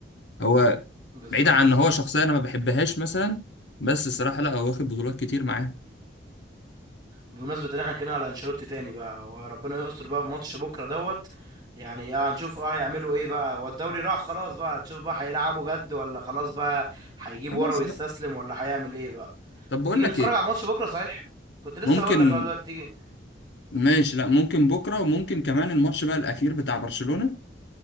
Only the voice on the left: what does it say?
هو
بعيد عن إن هو شخصية أنا ما بحبهاش مثلا بس الصراحة لا هو واخد بطولات كتير معاه
خلاص
بقى
طب بقول
لك
إيه
ممكن
ماشي لا ممكن بكرة وممكن كمان الماتش بقى الأخير بتاع برشلونة